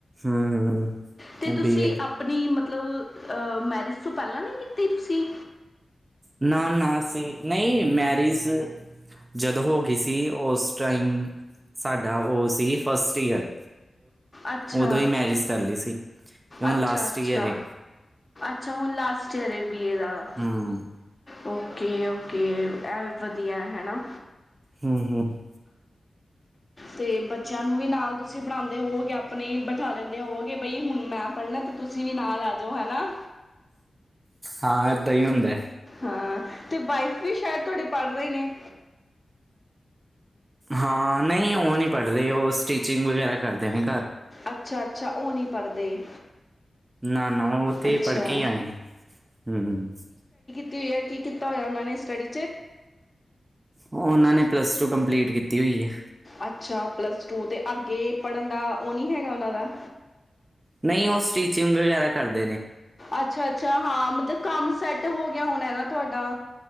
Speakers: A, on the right (about 25°); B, on the left (about 35°).
A: ਹੂੰ
B: ਤੇ ਤੁਸੀਂ
A: ਬੀਏ
B: ਆਪਣੀ ਮਤ ਮਤਲਬ ਮੈਰਿਜ ਤੋਂ ਪਹਿਲਾਂ ਨਹੀਂ ਕੀਤੀ ਤੁਸੀਂ
A: ਨਾ ਨਾ ਸੀ ਨਹੀਂ ਮੈਰਿਜ ਜਦੋਂ ਹੋ ਗਈ ਸੀ ਉਸ ਟਾਈਮ ਸਾਡਾ ਉਹ ਸੀ ਫਸਟ ਈਅਰ
B: ਅੱਛਾ
A: ਉਦੋਂ ਹੀ ਮੈਰਿਜ ਕਰ ਲਈ ਸੀ ਤੇ ਹੁਣ
B: ਅੱਛਾ
A: ਲਾਸਟ
B: ਅੱਛਾ
A: ਈਅਰ ਏ
B: ਅੱਛਾ! ਲਸਟ ਈਅਰਏ ਵੀ ਇਹ ਦਾ
A: ਹੂੰ
B: ਓਕੇ ਓਕੇ ਇਹ ਵਧੀਆ ਹੈ ਨਾ
A: ਹਮ ਹਮ
B: ਤੇ ਬੱਚਿਆਂ ਨੂੰ ਵੀ ਨਾਲ ਤੁਸੀਂ ਪੜਣਾਉਂਦੇ ਹੋਵੋਗੇ ਆਪਣੇ ਹੀ ਬਿਠਾ ਲੈਂਦੇ ਹੋਵੋਗੇ ਬਈ ਹੁਣ ਮੈਂ ਪੜ੍ਹਨਾ ਤੇ ਤੁਸੀਂ ਵੀ ਨਾਲ ਲੈ ਜਾਓ ਹੈ ਨਾ
A: ਹਾਂ ਏਦਾਂ ਹੀ ਹੁੰਦਾ।
B: ਹਾਂ ਤੇ ਵਾਈਫ ਵੀ ਸ਼ਾਇਦ ਤੁਹਾਡੇ ਪੜ੍ਹ ਰਹੇ ਨੇ।
A: ਹਾਂ ਨਹੀਂ ਉਹ ਨਹੀਂ ਪੜ੍ਹਦੇ ਉਹ ਸਟਿਚਿੰਗ ਵਗੈਰਾ ਕਰਦੇ ਨੇ। ਘਰ
B: ਅੱਛਾ। ਅੱਛਾ ਉਹ ਨਹੀਂ ਪੜ੍ਹਦੇ
A: ਨਾ ਨਾ ਉਹ ਉੱਥੇ
B: ਅੱਛਾ
A: ਪੜ੍ਹਕੇ ਹੀ ਆਏ ਨੇ ਹਮ ਹ
B: ਕੀ ਹੋਈਆ ਕੀ ਕੀਤਾ ਹੋਇਆ ਉਹਨਾਂ ਨੇ ਸਟੱਡੀ
A: ਉਹ ਉਹਨਾਂ ਨੇ ਪਲੱਸ ਟੂ ਕੰਪਲੀਟ ਕੀਤੀ ਹੋਈ ਹੈ।
B: ਅੱਛਾ ਪਲੱਸ ਟੂ ਅਤੇ ਅੱਗੇ ਪੜ੍ਹਨ ਦਾ ਉਹ ਨਹੀਂ ਹੈਗਾ ਉਹਨਾਂ ਦਾ।
A: ਨਹੀਂ ਉਹ ਸਟੀਚਿੰਗ ਵਗੈਰਾ ਕਰਦੇ ਨੇ।
B: ਅੱਛਾ। ਅੱਛਾ ਹਾਂ ਮਤਲਬ ਕੰਮ ਸੈੱਟ ਹੋ ਗਿਆ ਹੋਣਾ ਨਾ ਤੁਹਾਡਾ